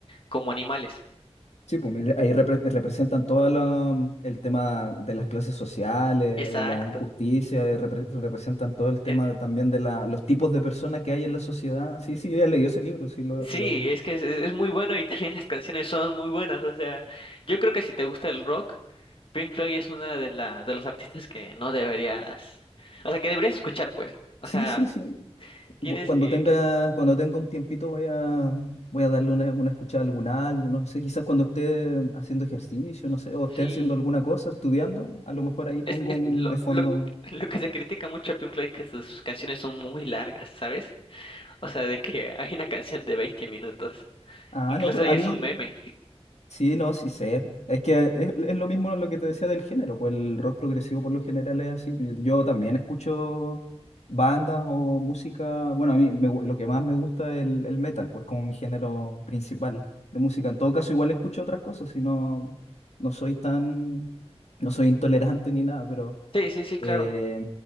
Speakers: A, on the left; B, on the left.
A: como animales.
B: sí, pues mira, ahí repre- representan todo el tema de las clases sociales,
A: Exacto.
B: la injusticia, eh, repre- representan todo el tema
A: Eh,
B: de- también de la, los tipos de personas que hay en la sociedad. Sí, sí, yo ya leí ese libro, sí, lo,
A: Sí,
B: lo...
A: es que es, es muy bueno y <laughs> también las canciones son muy buenas. O sea, yo creo que si te gusta el rock, Pink Floyd es una de la, de los artistas que no deberías, o sea, que deberías escuchar, pues. O
B: Sí,
A: sea,
B: sí, sí.
A: tienes
B: bu- Cuando
A: que,
B: tenga,
A: que-
B: cuando tenga un tiempito voy a, voy a darle una, una escuchada a algún álbum, no sé, quizás cuando esté haciendo ejercicio, no sé, o esté
A: sí,
B: haciendo alguna cosa, estudiando, a lo mejor ahí pongo
A: es, es
B: un
A: lo,
B: de fondo.
A: lo, <laughs> lo que se critica mucho a Pink Floyd que sus canciones son muy largas, ¿sabes? O sea, de que <laughs> hay una canción de 20 minutos.
B: Ah,
A: Incluso
B: no, pero
A: ya
B: a mí
A: es un meme.
B: Sí, no, sí sé. Es que es, es lo mismo lo que te decía del género, pues el rock progresivo por lo general es así. Yo, yo también escucho bandas o música. Bueno, a mí me gu- lo que más me gusta es el, el metal, pues como mi género principal de música. En todo caso, igual escucho otras cosas, si no, no soy tan, no soy intolerante ni nada, pero
A: Sí, sí, sí, claro.
B: eh,